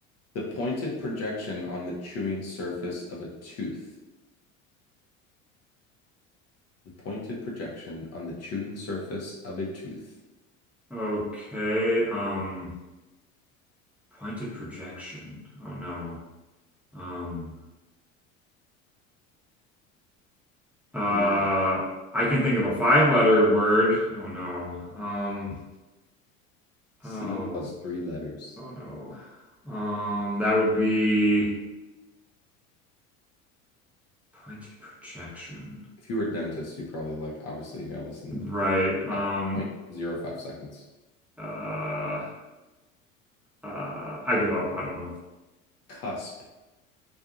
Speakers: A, on the left (about 40°); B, in the centre.
A: The pointed projection on the chewing surface of a tooth. the pointed projection on the chewing surface of a tooth.
B: Okay, um, pointed projection. Oh no. Um, uh,
A: What do you think?
B: I can think of a five-letter word. Oh no. Um,
A: C
B: oh,
A: plus three letters.
B: oh no. Um, that would be pointed projection.
A: If you were a dentist, you probably like obviously nail this in zero
B: Right. Um,
A: point zero 0.05 seconds.
B: uh, uh, I give up. I don't know.
A: Cusp.